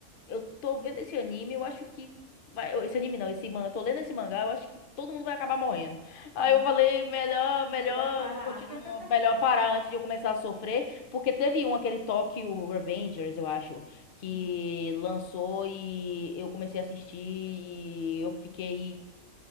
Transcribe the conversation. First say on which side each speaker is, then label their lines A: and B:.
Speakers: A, on the left; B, on the left.
A: eu tô vendo esse anime, eu acho que. vai- Esse anime não, esse mangá. Eu tô lendo esse mangá, eu acho que todo mundo vai acabar morrendo. Aí
B: Sim.
A: eu falei, melhor, melhor
B: Melhor parar.
A: não continuar,
B: <laughs>
A: melhor parar antes de eu começar a sofrer, porque teve um, aquele Tokyo Revengers, eu acho que
B: Hum.
A: lançou e eu comecei a assistir e eu fiquei.